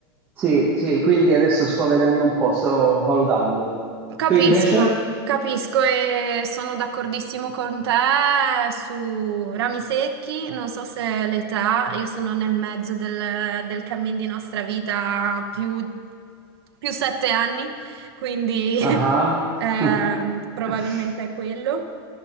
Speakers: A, on the right (about 15°); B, on the right (about 75°).
A: sì, sì, quindi adesso sto vedendo un po', sto valutando.
B: Capisco,
A: Tu invece?
B: capisco e sono d'accordissimo con te su rami secchi, non so se l'età, io sono nel mezzo del, del cammin di nostra vita più, più sette anni, quindi <laughs>
A: Ah,
B: ehm,
A: ah.
B: probabilmente
A: <laughs>
B: è quello